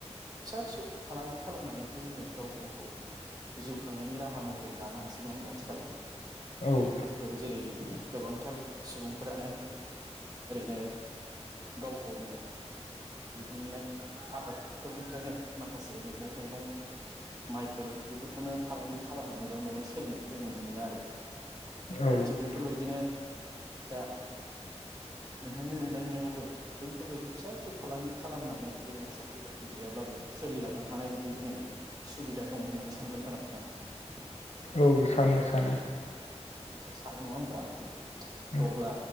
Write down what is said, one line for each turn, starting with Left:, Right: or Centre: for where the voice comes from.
Right: फिसा फिसौ फालांगि खालामनानै। थ' जोङो गाव गावखौ जिउ खांनायनि राहा महरै लानो हासै नङा होमबा आथिखालाव।
Left: उम
Right: त जेरै गोबांथार सुबुंफोरानो ओरैनो गाव गावनो दिहुननाय आबादफोरनिफ्रायनो माखासे मैगं थाइगं माइफोर बेफोरखौनो फालांगि खालामनानैबो माने सोलिनायखौ जों नुनो मोनो आरो।
Left: औ
Right: थ'
Left: औ
Right: थिग बेफोरबायदिनो दा नोंथांनि मोनदांनायावबो बैफोरबायदि फिसा फिसौ फालांगि खालामनानै जोङो साख्रि बाख्रि गैयाब्लाबो सोलिलांनो हानाय बायदि जोङो सुबिदा दं होननानै सानगोन साना <unintelligible>
Left: औ सानो सानो।
Right: सा-सानो नङा होमबा त'
Left: उम
Right: अब्ला